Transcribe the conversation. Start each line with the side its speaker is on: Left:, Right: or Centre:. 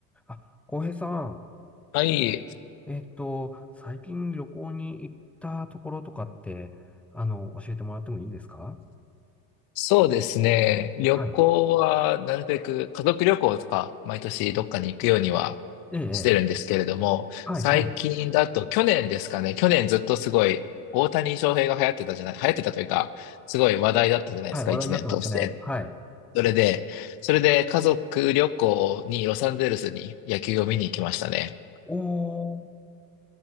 Centre: あ、浩平さん、
Left: はい。
Centre: えっと、最近旅行に行ったところとかって、あの、教えてもらってもいいですか
Left: そうですね。旅行は、
Centre: はい。
Left: なるべく家族旅行とか、毎年どっかに行くようには
Centre: ええ、
Left: してるんですけれども、
Centre: ええはい、
Left: 最近だと、
Centre: はい。
Left: 去年ですかね。去年ずっとすごい、大谷翔平が流行ってたじゃない、流行ってたというか、すごい話題だったじゃないですか、
Centre: はい、話題になってましたね。
Left: 一年通して。
Centre: はい。
Left: それで、それで家族旅行にロサンゼルスに野球を見に行きましたね。
Centre: おー、